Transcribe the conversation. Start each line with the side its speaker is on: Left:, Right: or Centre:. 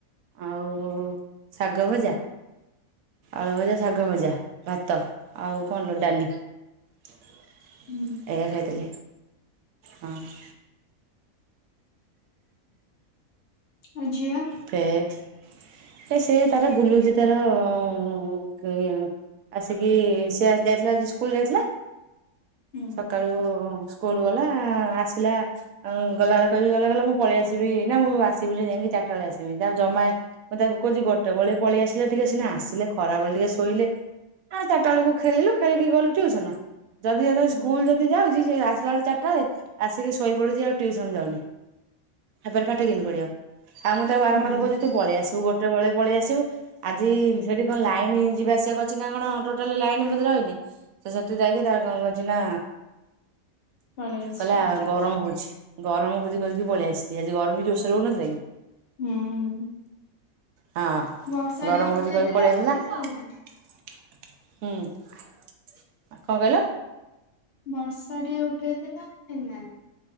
Right: ଆଉ ଶାଗ ଭଜା। ଆଳୁ ଭଜା, ଶାଗ ଭଜା, ଭାତ ଆଉ କଣ ଲ ଡାଲି। <inaudible>
Left: ହୁଁ
Right: ଏଇଆ ଖାଇଥିଲି ହଁ।
Left: <inaudible> ଆଉ ଝିଅ।
Right: ହେ ସେ ତାର ବୁଲୁଚି ତାର ଉଁ ଆସିକି ସେ ଆସ ଯାଇଥିଲା ଆଜି ସ୍କୁଲ ଯାଇଥିଲା
Left: ହୁଁ
Right: ସକାଳୁ କୁଲ୍ ଗଲା ଆସିଲା ଆଉ ଗଲାବେଳେ କହିକି ଗଲା ଗଲା ମୁଁ ପଳେଇ ଆସିବି ନା ମୁଁ ଆସିବି ବିଲି ଯାଇକି ଚାରିଟା ବେଳେ ଆସିବି ଜମା ମୁଁ ତାକୁ କହୁଚି ଗୋଟେ ବେଳେ ପଳେଇଆସିଲା ଟିକେ ସିନା ଆସିଲେ ଖରାବେଳେ ଟିକେ ଶୋଇଲେ ହଁ ଚାରିଟା ବେଳକୁ ଖେଳିଲୁ ଖେଳିକି ଗଲୁ ଟିୟୁସନ ଯଦି ଯେତେବେଳେ
Left: ହୁଁ
Right: ସ୍କୁଲ ଯି ଯାଉଛି ଆସିଲା ବେଳ ଚାରିଟାଳେ ଆସିକି ଶୋଇ ପଡୁଛି ଆଉ ଟିୟୁସନ୍ ଯାଉନି ତାପରେ ପା ଠ କେମିତି ପଢିବ ଆଉ ମୁଁ ତାକୁ ବାରମ୍ବାର
Left: ହୁଁ
Right: କହୁଛି ତୁ ପଳେଇ ଆସିବୁ ଗୋଟେ ଚାଟ ବେଳେ ପଳେଇ ଆସିବୁ ଆଜି ସେଠି କଣ ଲାଇନ ଯିବା ଆସିବା କରୁଚି ନା କଣ ଟୋଟଲ ଲାଇନ୍ ରହିନି ସେ ସେଥି ଯାଇକି ତାର କନ କଚି ନା
Left: ପଳେଇ ଆସିଛି
Right: କହିଲା ଗରମ ହଉଚି ଗରମ ହଉଚି କଇକି ପଳେଇଆସିଚି ଆଜି ଗରମ ବି ଜୋରସୋରେ ହଉ ନଥିଲା କି?
Left: ହୁଁ।
Right: ହଁ
Left: ବର୍ଷା
Right: ଗରମ
Left: ଟିକେ ଉଠେଇଥିଲା
Right: ହଉଛି କହି ପଳେଇ
Left: ଆଉ
Right: ଆସିଲା।
Left: କିଛି ହେଲାନି
Right: <inaudible> ହୁଁ। କଣ କହିଲ?
Left: ବର୍ଷାଟେ ଉଠେଇଥିଲା ହେଲାନି।